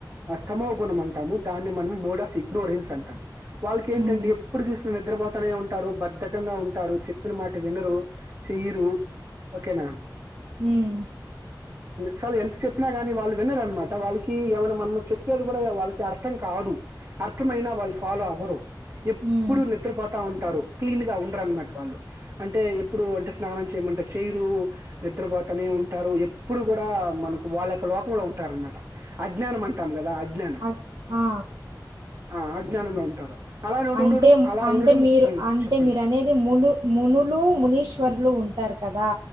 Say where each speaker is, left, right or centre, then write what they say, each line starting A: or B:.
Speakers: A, on the right; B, on the right.
A: తమోగుణం అంటాము దాన్ని మనం మోడ్ ఆఫ్ ఇగ్నోరెన్స్ అంటాం వాళ్ళకి ఏంటంటే
B: హ్మ్.
A: ఎప్పుడు చూసిన నిద్రపోతనే ఉంటారు బద్దకంగా ఉంట టారు చెప్పిన మాట వినరు చెయ్యరు ఓకేనా
B: మ్మ్
A: చాలా ఎంత చెప్పినా గాని వాళ్ళు వినారనమాట వాళ్ళకి ఏమైనా మనం చెప్ గుడా వాళ్ళకి అర్థం కాదు అర్థమైనా వాళ్ళు ఫాలో అవ్వరు ఎప్పుడు
B: హ్మ్.
A: నిద్రపోతా ఉంటారు క్లీన్ గా ఉండరన్నమాట వాళ్ళు అంటే ఎప్పుడు అంటే స్నానం చేయమంటే చైరు నిద్రబోతానే ఉం టారు ఎప్పుడు గుడా మనకు వాళ్ళొక లోకంలో ఉంటారన్మాట అజ్ఞానం టాం గదా అజ్ఞానం
B: అక్ ఆ!
A: ఆ అజ్ఞానంలో ఉంటారు అలా
B: అంతేం
A: ఉండడు అలా
B: అంతే
A: ఉండడం
B: మీరు
A: మ్మ్,
B: అంతే
A: చెప్పండి
B: మీరనేది మును మునులు మునీశ్వర్లు ఉంటారు కదా